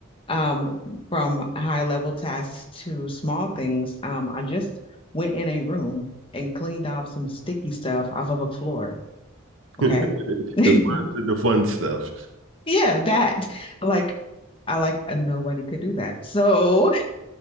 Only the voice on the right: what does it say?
<laughs>
The
fun the fun stuff.